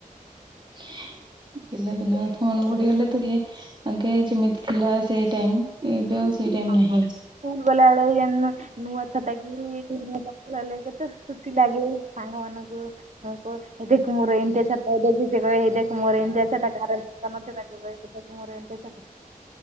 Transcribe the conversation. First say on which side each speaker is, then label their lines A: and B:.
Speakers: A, on the right; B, on the right.
A: ହୁଁ-ହୁଁ ପିଲାଦିନ କଥା ମନେ ପଡିଗଲେ ଟିକେ ଆଗେ ଯେମିତି ଥିଲା ସେ ଟାଇମ୍ ଏବେ ଆଉ ସେ ଟାଇମ୍
B: ହଁ
A: ନାହିଁ
B: ହଁ ସ୍କୁଲ ଗଲାବେଳେ ଯେମିତି ନୂଆ ଛତା କି ନୂଆ ଚପଲ ହେଲେ କେତେ ଖୁସି ଲାଗେ, ସାଙ୍ଗ ମାନଙ୍କୁ ହଁ <inaudible> ଏଇ ଦେଖ୍ ମୋର ଏମିତିଆ ଛତା ଦେଖିଛ୍? ଏଇ ଦେଖ୍ ମୋର ଏମିତିଆ ଛତା କାହାର <inaudible> ତାକୁ କହିବେ ଦେଖ୍ ମୋର ଏମିତିଆ ଛତା,